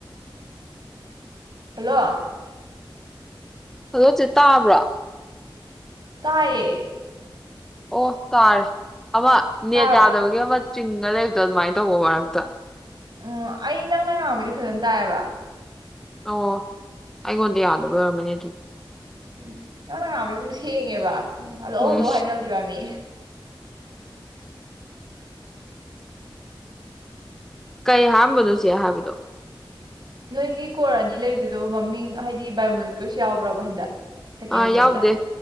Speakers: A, on the right; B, in the centre.
A: ꯍꯜꯂꯣ
B: ꯍꯗꯣꯁꯦ ꯇꯥꯕ꯭ꯔꯥ
A: ꯇꯌꯦ
B: ꯑꯣ ꯇꯥꯔ ꯑꯃ ꯅ
A: ꯇꯥꯔꯕ
B: ꯌꯥꯗꯕꯒꯤ ꯑꯃ ꯆꯤꯡꯒ ꯂꯩꯨꯛꯇ ꯑꯗꯨꯃꯥꯏꯅ ꯇꯧꯕ ꯃꯔꯛꯇ
A: ꯎꯝ ꯑꯩ ꯅꯪꯅ ꯉꯥꯡꯕꯗꯤ ꯐꯖꯅ ꯇꯥꯏꯑꯌꯦꯕ
B: ꯑꯣ ꯑꯩꯉꯣꯟꯗ ꯌꯥꯗꯕ ꯑꯣꯏꯔꯝꯃꯅꯤ ꯑꯗꯨꯝ
A: ꯎ ꯀ ꯑꯗꯨ ꯁꯦꯡꯉꯦꯕ ꯎꯝ ꯍꯂꯛꯣ
B: ꯎꯝ
A: ꯍꯜꯂꯣ ꯍꯥꯏꯅꯕꯗꯨ ꯌꯥꯃꯤ
B: ꯀꯩ ꯍꯥꯝꯕꯅꯣꯁꯦ ꯍꯥꯏꯕꯗꯣ
A: ꯅꯣꯏꯒꯤ ꯀꯣꯔ ꯑꯅꯤ ꯂꯩꯕꯗꯨꯗꯣ ꯃꯃꯤꯡ ꯍꯥꯏꯗꯤ ꯏꯑꯣꯃꯣꯂꯤꯀ꯭ꯣꯁ ꯌꯥꯎꯕ꯭ꯔꯕ ꯍꯟꯗꯛ ꯁꯦꯀꯦꯟ
B: ꯑꯥ
A: ꯁꯦꯝꯗ
B: ꯌꯥꯎꯗꯦ